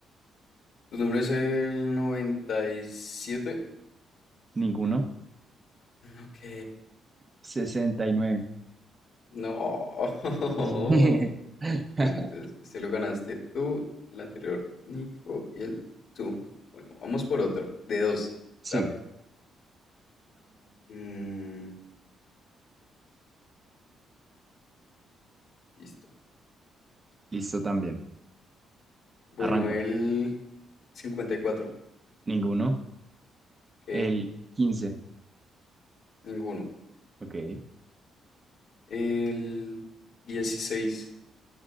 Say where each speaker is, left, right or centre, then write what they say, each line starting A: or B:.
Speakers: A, on the left; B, on the right.
A: Tu número es el 97.
B: Ninguno.
A: Ok.
B: sesenta y nueve
A: No. <laughs>
B: <laughs>
A: Bueno, entonces, este lo ganaste tú, el anterior Nico y el tú. Bueno, vamos por otro, de dos,
B: Sí.
A: rápido. Mm, listo.
B: Listo también.
A: Bueno,
B: Arranca.
A: el 54,
B: Ninguno.
A: ok,
B: El quince
A: ninguno.
B: Ok.
A: El dieciséis,